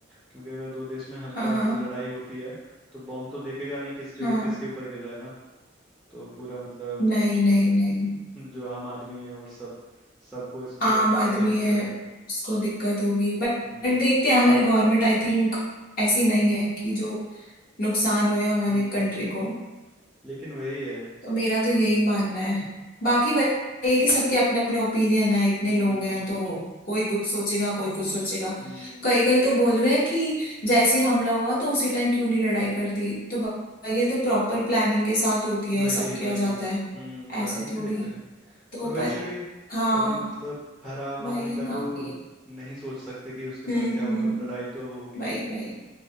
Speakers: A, in the centre; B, on the left.
A: क्योंकि अगर दो देश में हमला
B: हाँ हाँ
A: मतलब लड़ाई होती है तो बॉम्ब तो देखेगा नहीं किस पे
B: हाँ
A: किसके ऊपर गिर रहा है ना तो पूरा मतलब
B: नहीं
A: ज-
B: नहीं नहीं
A: जो आम आदमी है और सब सबको इसको
B: आम आदमी
A: झेलना
B: है
A: पड़ेगा
B: उसको दिक्कत होगी बट
A: हम्म
B: देखते हैं हमारी गवर्नमेंट आई थिंक ऐसी नहीं है कि जो नुकसान हो हमारी
A: हम्म
B: कंट्री को
A: लेकिन वही है
B: तो मेरा तो यही मानना है बाकी वही है कि सबके अपने अपने ओपिनियन है इतने
A: हम्म
B: लोग हैं तो कोई कुछ सोचेगा कोई कुछ सोचेगा
A: हम्म
B: कई कई तो बोल रहे हैं कि जैसे ही हमला हुआ तो उसी टाइम क्यों नहीं लड़ाई कर दी तो भाई ये तो प्रॉपर प्लानिंग के साथ होती
A: वही
B: है सब
A: वही
B: किया जाता
A: हम्म
B: है
A: प्लानिंग
B: ऐसे
A: से
B: थोड़ी
A: ही होता है
B: तो
A: और वैसे
B: पर
A: भी
B: हाँ
A: अभी मतलब हर आम
B: वही
A: आदमी
B: है
A: का
B: ना
A: तो
B: कि
A: नहीं सोच सकते कि उसके साथ
B: हम्म हम्म
A: क्या होगा
B: हम्म,
A: लड़ाई तो अब होगी
B: वही वही